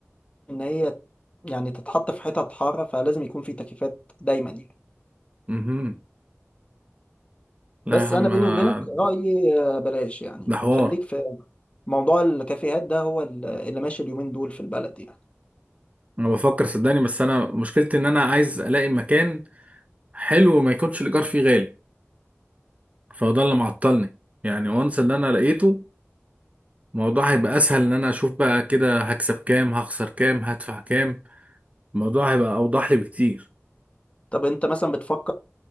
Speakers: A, on the left (about 25°); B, on the right (about 30°).
A: ان هي يعني تتحط في حتت حارة فلازم يكون في تكييفات دايما يعني
B: امم لا
A: بس
B: يا عم
A: انا بيني
B: آه،
A: وبينك رأيي آه، بلاش يعني
B: ده حوار
A: خليك في موضوع الكافيهات ده هو ال- اللي ماشي اليومين دول في البلد يعني
B: أنا بفكر صدقني بس أنا مشكلتي إن أنا عايز ألاقي مكان حلو وما يكونش الإيجار فيه غالي فهو ده اللي معطلني يعني وانس إن أنا لقيته الموضوع هيبقى أسهل إن أنا أشوف بقى كده هكسب كام هخسر كام هدفع كام الموضوع هيبقى أوضح لي بكتير
A: طب انت مثلا بتفكر